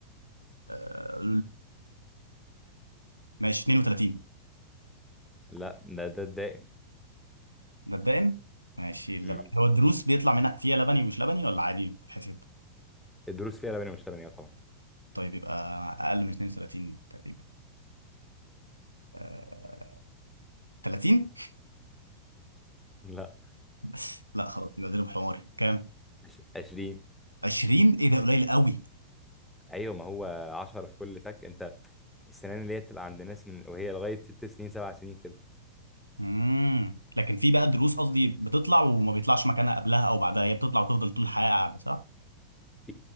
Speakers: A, on the right (about 80°); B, in the centre.
A: آه، ماشي 32
B: لا ده ده الدائم
A: ده الدائم ماشي اللبن
B: مم.
A: هو الدروس بيطلع منها فيها لبني ومش لبني ولا عادي بتتحسب
B: الدروس فيها لبنية مش لبنية طبعا
A: طيب يبقى اقل من 32 تقريبا آه، 30
B: لا
A: <laughs> لا خلاص يبقى ضرب حماري كام
B: عش- 20
A: 20 ايه ده قليل قوي
B: ايوه ما هو 10 في كل فك انت السنان اللي هي بتبقى عند ناس من وهي لغايه ست سنين سبع سنين كده
A: امم لكن في بقى دروس قصدي بتطلع وما بيطلعش مكانها قبلها او بعدها هي بتطلع وتفضل طول الحياه قاعده صح
B: في